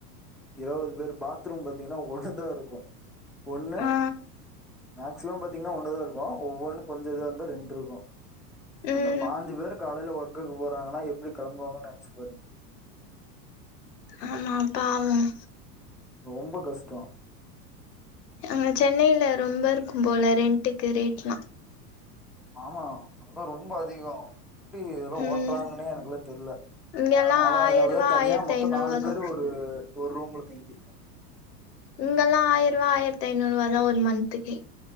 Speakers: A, in the centre; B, on the left.
A: இருவது பேர் பாத்ரூம் பாத்தீங்கன்னா ஒண்ணுதா இருக்கு ஒண்ணு
B: ஆ
A: மேக்சிமம் பாத்தீங்ன்னா ஒண்ணுதா இருக்கு ஒவ்வொன்னு கொஞ்சம் இதா இருந்தா ரெண்டு இருக்கு
B: ம்
A: அந்த பாஞ்சு பேர்க் காலையல ஒர்க்குக்கு போறாங்கன்னா எப்டி கெளம்புவாங்கன்னு நெனைச்சு பாருங்க
B: ஆமா பாவம்
A: ரொம்ப கஷ்ட
B: அங்க சென்னையில ரொம்ப இருக்கும் போல ரெண்ட்க்கு ரேட்ல்லா
A: ஆமா அதெல்லா ரொம்ப அதிக எப்டி இதெல்லா
B: ம்
A: ஓட்டுறாங்கன்னே எனக்கு எல்லா தெரில
B: இங்கெல்லா
A: ஆனா நாலா
B: ஆயிரூவா
A: அதுனாலதா தனியா
B: ஆயிரத்தி
A: மொத்த
B: ஐநூறுவா
A: நாலு
B: தா
A: பேர் ஒரு ஒரு ரூம்ல தங்கிருக்கோ
B: இங்கல்லா ஆயிரூவா ஆயிரத்தி ஐநூறு ரூவா தா ஒரு மந்த்க்கே